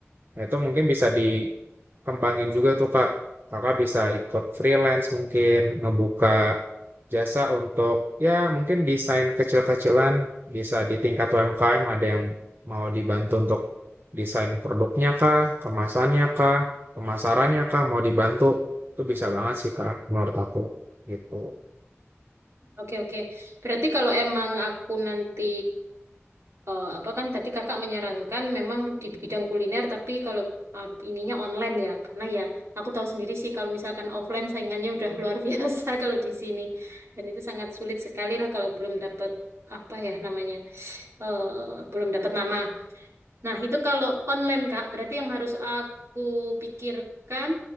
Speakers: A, on the right; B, on the right.
A: Nah, Itu mungkin bisa dikembangin juga tuh kak. Kakak bisa ikut freelance mungkin, ngebuka jasa untuk ya mungkin desain kecil-kecilan bisa di tingkat UMKM ada yang mau dibantu untuk desain produknya kah, kemasannya kah, pemasarannya kah, mau dibantu. Itu bisa banget sih kak menurut aku gitu.
B: Oke, oke. Berarti kalau emang aku nanti eh, apa kan tadi kakak menyarankan memang di bidang kuliner tapi kalau eh, ininya online ya. Karena ya aku tahu sendiri sih kalau misalkan offline saingannya udah luar <laughs> biasa kalau di sini. Dan itu sangat sulit sekali lah kalau belum dapat apa ya namanya eh, belum dapat nama. Nah, itu kalau online, Kak, berarti yang harus aku pikirkan